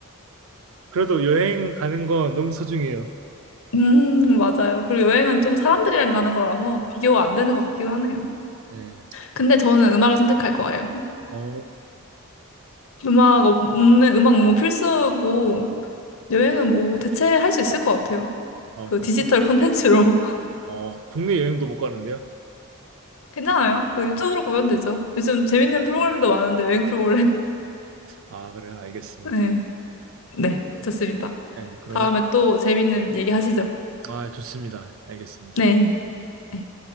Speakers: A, on the right (about 60°); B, on the left (about 60°).
A: 그래도 여행 가는 건 너무 소중해요.
B: 음, 맞아요. 그리고 여행은 좀 사람들이랑 가는 거라서 비교가 안 되는 것 같기도 하네요.
A: 네.
B: 근데 저는 음악을 선택할 거예요.
A: 어,
B: 음악 없는, 음악 너무 필수고, 여행은 뭐 대체할 수 있을 것 같아요.
A: 어,
B: 그
A: 그래요?
B: 디지털 <laughs> 콘텐츠로.
A: 어, 국내 여행도 못 가는데요?
B: 괜찮아요. 그 유튜브로 보면 되죠. 요즘 재밌는 프로그램도 많은데, 여행 프로그램.
A: 아, 그래요? 알겠습니다.
B: <laughs> 네. 네, 좋습니다.
A: 네, 그러면
B: 다음에 또 재밌는 얘기 하시죠.
A: 아, 좋습니다. 알겠습니다.
B: 네. 네.